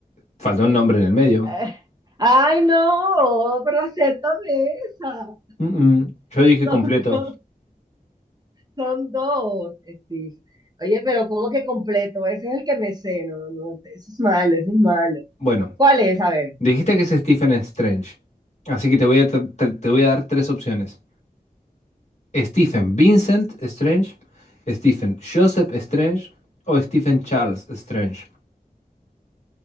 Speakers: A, on the left (about 50°); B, on the right (about 25°).
A: Falta un nombre en el medio.
B: Eh, Ay, no, pero acéptame esa.
A: Mm, mm, Yo dije
B: Son
A: completo.
B: dos, son dos, Steve. Oye, pero ¿cómo que completo? Ese es el que me sé, no, no, eso es malo, eso es malo.
A: Bueno,
B: ¿Cuál es? A ver.
A: dijiste que es Stephen Strange. Así que te voy a, tr- tr- te voy a dar tres opciones. Stephen Vincent Strange, Stephen Joseph Strange o Stephen Charles Strange.